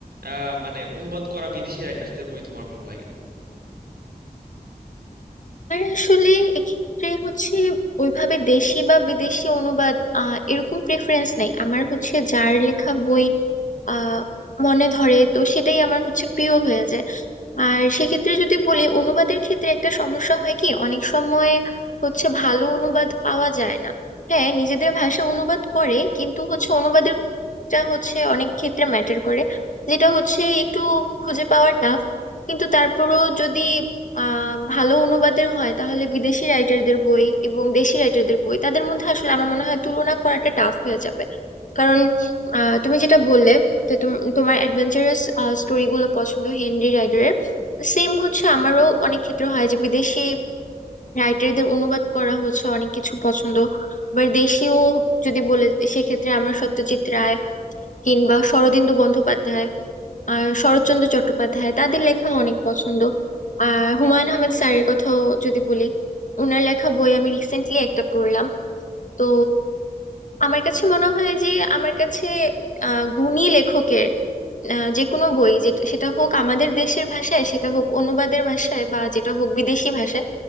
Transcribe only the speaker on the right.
আহ, মানে অনুবাদ করা বিদেশি রাইটার্সদের বই তোমার ভালো লাগে